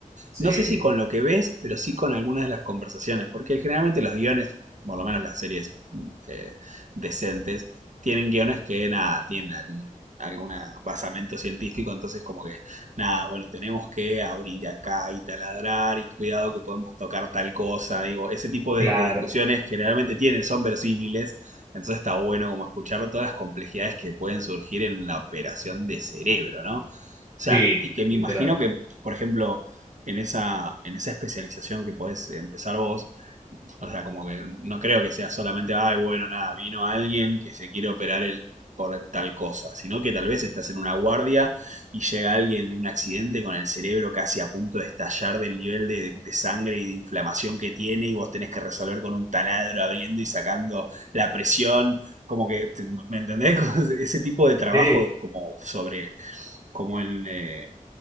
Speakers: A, on the right; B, on the right.
A: Sí,
B: no sé si con lo que ves, pero sí con algunas de las conversaciones, porque generalmente los guiones, por lo menos las series mm, eh, decentes, tienen guiones que nada, tienen algún algún basamento científico, entonces como que, nada, bueno, tenemos que abrir acá y taladrar y cuidado que podemos tocar tal cosa, digo, ese tipo de,
A: claro.
B: de discusiones generalmente tienen, son verosímiles, entonces está bueno como escuchar todas las complejidades que pueden surgir en la operación de cerebro, ¿no? O sea,
A: Sí,
B: y que me
A: literal.
B: imagino que, por ejemplo, en esa, en esa especialización que podés empezar vos. O sea, como que no creo que sea solamente, ay, bueno, nada, vino alguien que se quiere operar el por tal cosa, sino que tal vez estás en una guardia y llega alguien de un accidente con el cerebro casi a punto de estallar del nivel de, de sangre y de inflamación que tiene y vos tenés que resolver con un taladro abriendo y sacando la presión, como que, ¿me entendés? <laughs> Ese tipo de trabajo
A: Sí.
B: como sobre como en, eh,